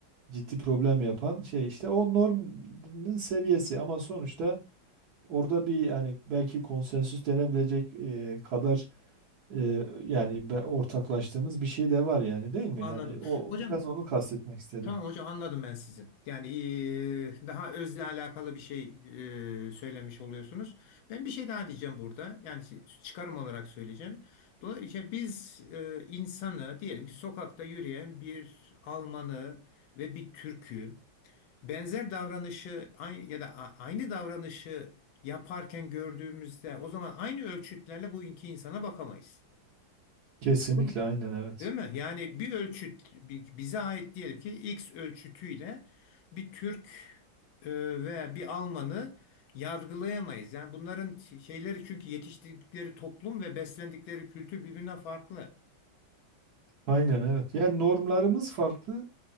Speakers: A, on the right (about 60°); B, on the left (about 80°).
A: ciddi problem yapan şey işte o normun seviyesi ama sonuçta Orada bir hani belki konsensüs denebilecek e, kadar e, yani be- ortaklaştığımız bir şey de var yani değil mi?
B: Anladım.
A: Hani o
B: Hocam
A: biraz onu kastetmek istedim.
B: Tamam hocam anladım ben sizi. Yani eee, daha özle alakalı bir şey eee, söylemiş oluyorsunuz. Ben bir şey daha diyeceğim burada. Yani si- çıkarım olarak söyleyeceğim. Dolayısıyla biz eee, insanı diyelim ki sokakta yürüyen bir Almanı ve bir Türk'ü benzer davranışı aynı ya da a- aynı davranışı yaparken gördüğümüzde o zaman aynı ölçütlerle bu iki insana bakamayız.
A: Kesinlikle
B: Doğru mu?
A: aynen evet.
B: Değil mi? Yani bir ölçüt bi- bize ait diyelim ki X ölçütüyle bir Türk e, veya bir Alman'ı yargılayamayız. Yani bunların şeyleri çünkü yetiştirdikleri toplum ve beslendikleri kültür birbirinden farklı.
A: Aynen evet. Yani normlarımız farklı.